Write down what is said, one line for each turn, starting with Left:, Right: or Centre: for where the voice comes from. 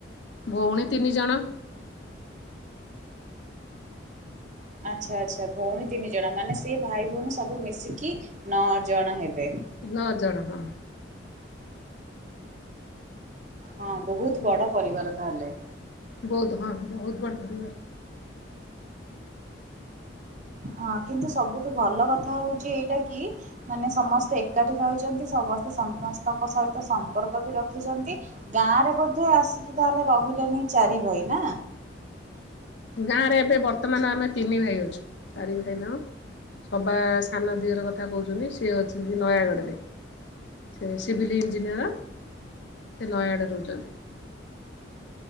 Left: ଭଉଣୀ ତିନି ଜଣ।
Right: ଆଚ୍ଛା ଆଚ୍ଛା ଭଉଣୀ ତିନି ଜଣ ମାନେ ସେ ଭାଇ ଭଉଣୀ ସବୁ ମିଶିକି ନଅ ଜଣ ହେବେ‌।
Left: ନଅ ଜଣ ହଁ।
Right: ହଁ ବହୁତ୍ ବଡ ପରିବାର ତାହେଲେ।
Left: ବହୁତ୍ ହଁ ବହୁତ୍ ବଡ଼ ପରିବାର।
Right: ହଁ କିନ୍ତୁ ସବୁଠୁ ଭଲ କଥା ହେଉଛି ଏଇଟା କି ମାନେ ସମସ୍ତେ ଏକାଠି ରହିଛନ୍ତି ସମସ୍ତେ ସମସ୍ତଙ୍କ ସହିତ ସମ୍ପର୍କ ବି ରଖିଛନ୍ତି ଗାଁ ରେ ବୋଧେ ଆସିକି ତାହେଲେ ରହିଲେନି ଚାରି ଭାଇ ନା?
Left: ଗାଁ ରେ ଏବେ ବର୍ତ୍ତମାନ ଆମେ ତିନି ଭାଇ ଅଛୁ ଚାରି ଭାଇ ନାଁ ସବା ସାନ ଦିଅର କଥା କହୁଛନ୍ତି ସିଏ ଅଛନ୍ତି ନୟାଗଡ଼ରେ। ସେ ସିଭିଲ୍ ଇଞ୍ଜିନିୟର ସେ ନୟାଗଡ଼ରେ ରହୁଛନ୍ତି।